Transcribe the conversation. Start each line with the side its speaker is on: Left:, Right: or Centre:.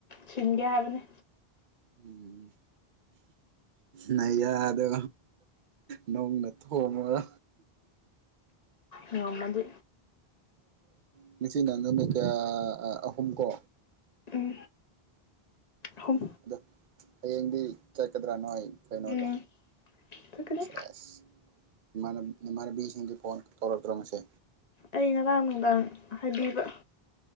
Left: ꯁꯤꯟꯒꯦ ꯍꯥꯏꯕꯅꯤ
Right: ꯎꯝ ꯅꯌꯥꯗꯣ ꯅꯨꯡꯅ ꯊꯣꯝꯃꯨꯔꯣ
Left: ꯉꯝꯃꯗꯤ
Right: <unintelligible> ꯅꯪꯅ ꯀꯌꯥ ꯑ ꯑꯍꯨꯝ ꯀꯣ
Left: ꯎꯝ ꯑꯍꯨꯝ
Right: ꯑꯗꯣ ꯍꯌꯦꯡꯗꯤ ꯆꯠꯀꯗ꯭ꯔꯥ ꯅꯣꯏ ꯀꯩꯅꯣꯗꯣ
Left: ꯎꯝ ꯆꯠꯀꯅꯤ
Right: ꯁꯦꯁ ꯏꯃꯥꯟ ꯏꯃꯥꯟꯅꯕꯤꯁꯤꯡꯗꯤ ꯐꯣꯟ ꯇꯧꯔꯛꯇ꯭ꯔꯣ ꯉꯁꯤ
Left: ꯑꯩ ꯉꯔꯥꯡ ꯅꯨꯡꯗꯥꯡ ꯍꯥꯏꯕꯤꯕ